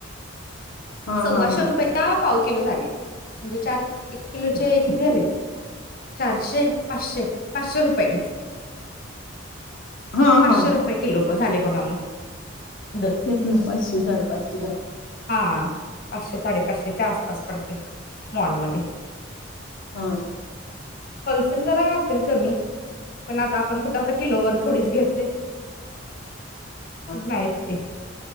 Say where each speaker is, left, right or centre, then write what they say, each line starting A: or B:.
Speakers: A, on the left (about 75°); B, on the left (about 50°).
A: हां,
B: सव्वाशे
A: हां, हां.
B: रुपयेला पाव किलो झाले म्हणजे चार एक किलोचे किती झाले चारशे पाचशे पाचशे रुपये नेच
A: हां,
B: पाशे
A: हां.
B: रुपये किलो. होय झाले बघा मग दर
A: तेच ना पाचशे साडेपाचशे घ्या
B: हा पाचशे साडेपाचशेच्या आसपास पडते मॉलमध्ये.
A: हा
B: शेंग जरा असतील कमी पण आता आपण कुठ आता किलो वर थोडीच घेते
A: हां.
B: नाही. ते